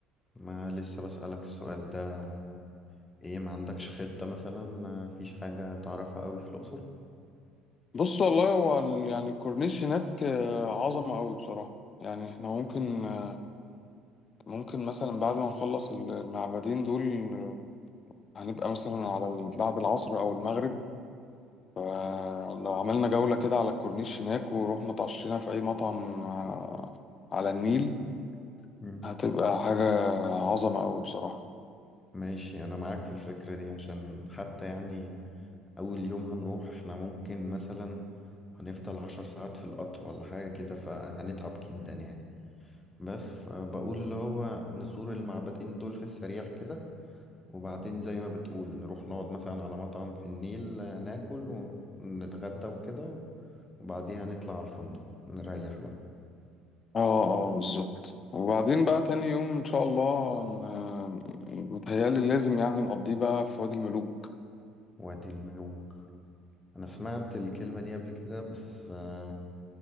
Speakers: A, on the left; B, on the left.
A: ما لسه بسألك السؤال ده ايه ما عندكش خطة مثلا آه، مفيش حاجة تعرفها قوي في الأقصر
B: بص والله هو ال- يعني الكورنيش هناك آه، عظمة قوي بصراحة يعني احنا ممكن آه، ممكن مثلا بعد ما نخلص المعبدين دول آه، هنبقى مثلا على ال- بعد العصر أو المغرب فلو عملنا جولة كده على الكورنيش هناك ورحنا اتعشينا في أي مطعم آه، على النيل
A: مم.
B: هتبقى حاجة عظمة قوي بصراحة
A: ماشي انا معاك في الفكرة دي عشان حتى يعني اول يوم هنروح احنا ممكن مثلا هنفضل عشر ساعات في القطر ولا حاجة كده فهنتعب جدا يعني بس فبقول اللي هو نزور المعبدين دول في السريع كده وبعدين زي ما بتقول نروح نقعد مثلا على مطعم في النيل آه، ناكل ونتغدى وكده وبعديها نطلع على الفندق نريح بقى
B: اه اه بالظبط وبعدين بقى تاني يوم ان شاء الله ن- متهيألي لازم يعني نقضيه بقى في وادي الملوك
A: وادي الملوك انا سمعت الكلمة دي قبل كده بس آه،